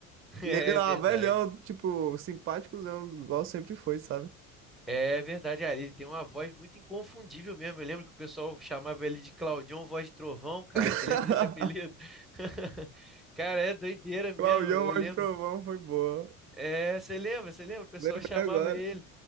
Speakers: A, in the centre; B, on the right.
A: <laughs>
B: E
A: é
B: ele lá,
A: verdade.
B: velhão, tipo, simpáticozão, igual sempre foi, sabe?
A: É verdade, ah, ele tem uma voz muito inconfundível mesmo. Eu lembro que o pessoal chamava ele de Claudião Voz de Trovão, cara.
B: <laughs>
A: Você lembra desse apelido? <laughs> Cara, é doideira mesmo,
B: Claudião
A: eu
B: Voz
A: lembro.
B: do Trovão foi boa.
A: É, você lembra, você lembra? O pessoal
B: Lembrei
A: chamava
B: agora.
A: ele.